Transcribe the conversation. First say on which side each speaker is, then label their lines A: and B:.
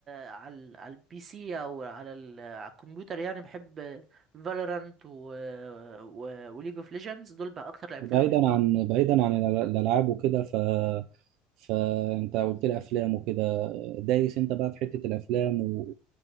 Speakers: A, on the right; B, on the right.
A: على ال- على البي سي او على ال- على الكمبيوتر يعني بحب فالورانت و و... وليج اوف ليجندز دول بقى اكتر لعبتين
B: بعيدا
A: انا بحبهم
B: عن بعيدا عن الأل- الالعاب وكده ف فانت قلت لي افلام وكده دايس انت بقى في حتة الافلام و...